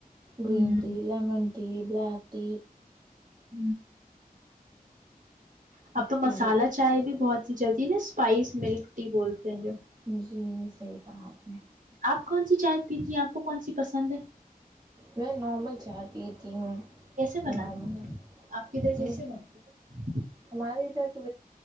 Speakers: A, on the right; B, on the right.
A: گرین
B: ہ
A: ٹی لیمن ٹی بلیک تھی
B: <inaudible>
A: پتی
B: اب تو مصالحہ
A: گر
B: چائے بھی بہت چلزی نے سپائس ملک ٹی بولتے ہیں جو
A: چیز صحیح <unintelligible>
B: آپ کون سی چائے پیتی ہیں اپ کو کون سی پسند ہے
A: میں نارمل <unintelligible>
B: کیسے
A: جو
B: بناتی
A: نارمل
B: ہیں اپ کدھر کیسے
A: میں
B: بنتی ہیں
A: ہمارے ادھر تو